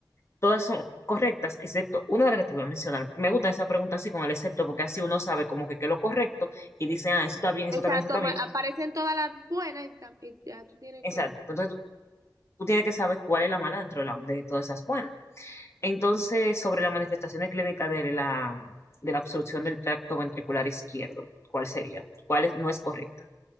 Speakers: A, on the left; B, on the right.
A: todas son correctas, excepto una de las que te voy a mencionar. Me gusta esa pregunta así con el excepto, porque así uno sabe como que qué es lo correcto y dice, ah, eso está bien,
B: Exacto,
A: eso está bien, eso está
B: ma-
A: bien.
B: aparecen todas las buenas y, tam- y ya tú tienes
A: Exacto.
B: que...
A: Entonces tú, tú tienes que saber cuál es la mala dentro de, la- de todas esas buenas. Entonces, sobre la manifestación clínica de la, de la obstrucción del tracto ventricular izquierdo, ¿cuál sería? ¿Cuál es- no es correcta?